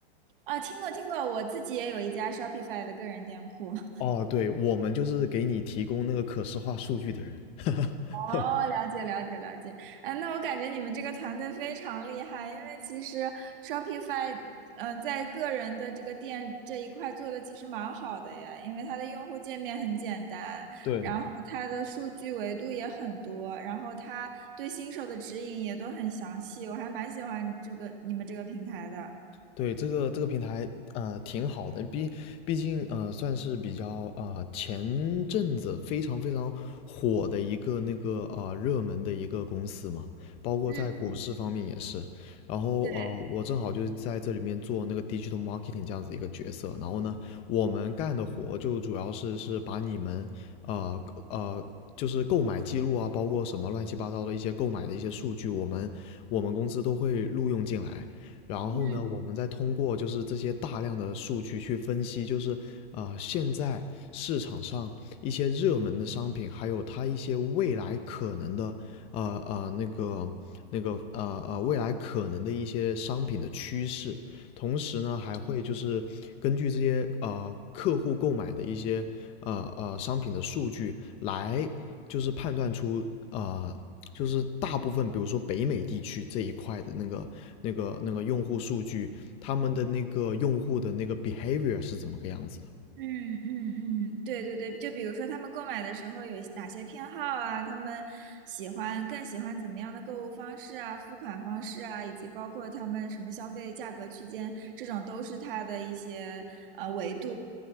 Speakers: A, on the right (about 55°); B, on the left (about 20°).
A: 啊，听过听过，我自己也有一家 Shopify 的个人店铺。<laughs>
B: 哦，对，我们就是给你提供那个可视化数据的人。<laughs>
A: 哦，了解了解了解。嗯，那我感觉你们这个团队非常厉害，因为其实 Shopify，嗯、在个人的这个店这一块做的其实蛮好的耶，因为它的用户界面很简单，
B: 对，
A: 然后它的数据维度也很多，然后它对新手的指引也都很详细，我还蛮喜欢这个你们这个平台的。
B: 对，这个这个平台，呃，挺好的，毕毕竟呃，算是比较呃前阵子非常非常火的一个那个呃热门的一个公司嘛，包括在股市方面也是。
A: 嗯，
B: 然后呃，
A: 对，
B: 我正好就是在这里面做那个 digital marketing 这样子一个角色。然后呢，我们干的活就主要是是把你们呃呃就是购买记录啊，包括什么乱七八糟的一些购买的一些数据，我们我们公司都会录用进来。然后呢，
A: 嗯。
B: 我们再通过就是这些大量的数据去分析，就是呃现在市场上一些热门的商品，还有它一些未来可能的呃呃那个那个呃呃未来可能的一些商品的趋势，同时呢还会就是根据这些呃客户购买的一些呃呃商品的数据来就是判断出呃就是大部分，比如说北美地区这一块的那个、那个、那个用户数据，他们的那个用户的那个 behavior 是怎么个样子的？
A: 嗯嗯嗯，对对对，就比如说他们购买的时候有哪些偏好啊，他们喜欢更喜欢怎么样的购物方式啊，付款方式啊，以及包括他们什么消费价格区间，这种都是它的一些呃维度